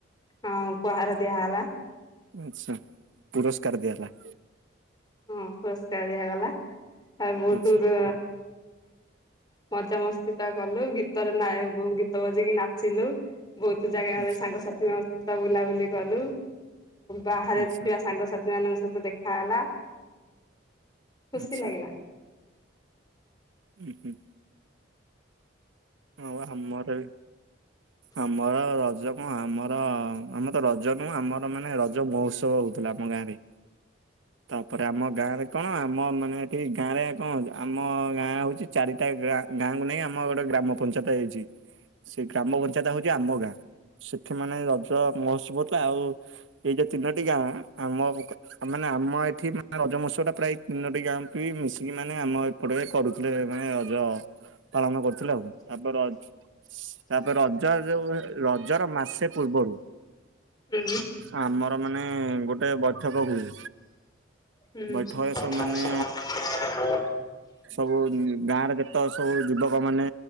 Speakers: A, on the left; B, on the right.
A: ଅଁ ଉପହାର ଦିଆ ହେଲା।
B: ଆଛା ପୁରସ୍କାର ଦିଆ ହେଲା।
A: ହଁ ପୁରସ୍କାର ଦିଆଗଲା ଆଉ ବହୁତ
B: ଆଚ୍ଛା
A: ଜ ମଜା ମସ୍ତି ତା କଲୁ ଗୀତରେ ନା ଉଁ ଗୀତ ବଜେଇକି ନାଚିଲୁ। ବହୁତ ଜାଗାରେ
B: ଆଚ୍ଛା
A: ସାଙ୍ଗସାଥିମାନେ ସବୁ ବୁଲାବୁଲି କଲୁ ବାହାରେ
B: ଆଚ୍ଛା
A: ଥିବା ସାଙ୍ଗସାଥି ମାନଙ୍କ ସହିତ ଦେଖା ହେଲା। ଖୁସି
B: ଆଚ୍ଛା
A: ଲାଗିଲା।
B: ଉଁ ହୁଁ। ଆଉ ଆମର ବି।
A: <inaudible>
B: ଆମର ରଜ କଅଁ ଆମର ଆମର ରଜ ନୁହଁ ଆମର ମାନେ ରଜ ମହୋତ୍ସବ ହଉଥିଲା ଆମ ଗାଁରେ।
A: <inaudible>
B: ତାପରେ ଆମ ଗାଁ ରେ କଣ ଆମ ମାନେ ଏଠି ଗାଁ ରେ କଣ ଆମ ଗାଁ ହଉଚି ଚାରିଟା ଗାଁ ଗାଁ କୁ ନେଇ ଆମ ଗୋଟେ ଗ୍ରାମ ପଞ୍ଚାୟତ ହେଇଛି। ସେ ଗ୍ରାମ ପଞ୍ଚାୟତ ହଉଚି ଆମ ଗାଁ ସେଠି ମାନେ ରଜ ମହୋତ୍ସବ ଥିଲା ଆଉ ଏଇ ଯୋଉ ତିନୋଟି ଗାଁ ଆମ ମାନେ ଆମ ଏଠି ରଜ ମହୋତ୍ସବ ଟା ପ୍ରାୟ ତିନୋଟି ଗାଁ ପ ମିଶିକି ମାନେ ଆମ ପଟେ କରୁଥିଲେ ମାନେ ରଜ ପାଳନ। ଥିଲା ଆଉ ତାପରେ ର ତାପରେ ରଜ ଯଉ ରଜ ର ମାସେ ପୂର୍ବରୁ
A: ହୁଁ।
B: ଆମର ମାନେ ଗୋଟେ ବୈଠକ ହୁଏ।
A: ହୁଁ।
B: ବୈଠକରେ ସବୁ ମାନେ
A: ହୁଁ।
B: ସବୁ ଗାଁରେ ଯେତକ ସବୁ ଯୁବକ। ଲୋକ ମାନେ